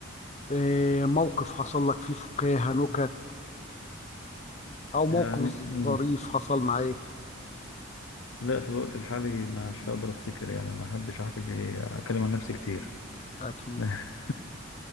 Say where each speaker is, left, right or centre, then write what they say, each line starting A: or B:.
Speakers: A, on the left; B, on the left.
A: آه، موقف حصل لك فيه فكاهة نكت أو موقف
B: يعني مم.
A: ظريف حصل معاك
B: لا في الوقت الحالي مش هقدر افتكر يعني ما احبش احكي اتكلم عن نفسي كتير
A: أكيد
B: <laughs>